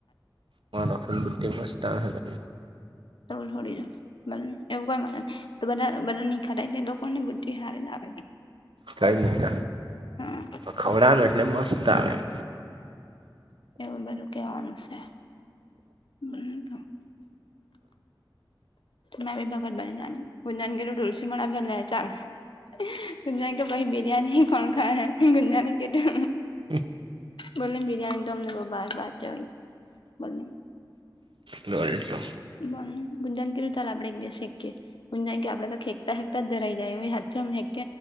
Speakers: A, on the right; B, on the left.
A: મા રફલ બુદ્િમાં સ્ટાર હ ગ
B: તમે છડી જ બને એવું કોઈ મ ન તો બધા બધા નિખટાય લોકો ની બુદ્ધિ હારી જ આવે
A: કઈ ન
B: હા
A: ખવડનું એટલે મસ્ત આવે એમ
B: એવું બધું કેવાનું છે બ તો મેંી ભગત બની જની ગુંજાનગીર તુલસી માડા ફેલા ચાલ ગુંજાનગીર તો ભાઈ બિરિયાની કોણ ખા હૈ ગુંંજાને કે તો
A: હ
B: મને બરિયાની દમ ને બવ ભાવે બાતે હોય બોલો.
A: વલ તોો
B: બોલ ગુંજાન કરું ચાલલે આપણે એક દિવસે એક કે હું જ કે આપડે તો ખેકતા ખેકતા જ ધરાઈ જાય હા હે